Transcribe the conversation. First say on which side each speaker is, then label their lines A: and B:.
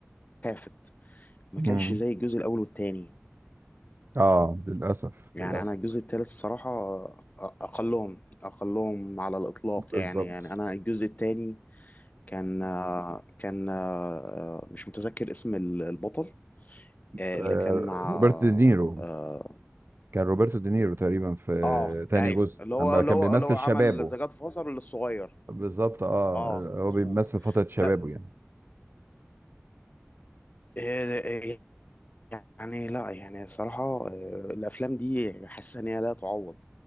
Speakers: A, on the left; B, on the right.
A: خافت ما
B: مم.
A: كانش زي الجزء الاول والتاني
B: اه للاسف
A: يعني
B: للاسف
A: انا الجزء التالت الصراحه آه، أ- اقلهم اقلهم على الاطلاق
B: بالظبط
A: يعني يعني انا الجزء التاني كان آه، كان آه، آه، مش متذكر اسم ال- البطل آه،
B: آه،
A: اللي كان مع
B: روبرت دينيرو
A: اه
B: كان روبرتو دينيرو تقريبا في
A: آه،
B: تاني
A: ايوه
B: جزء
A: اللي هو
B: اما
A: اللي
B: كان
A: هو
B: بيمثل
A: اللي هو عمل
B: شبابه
A: ذا جاد فازر الصغير
B: بالظبط اه
A: اه
B: آه، هو
A: مظبوط
B: بيمثل فترة شبابه
A: ده
B: يعني
A: آه، آه، يعني لا يعني صراحة آه، الافلام دي حاسس ان هي لا تعوض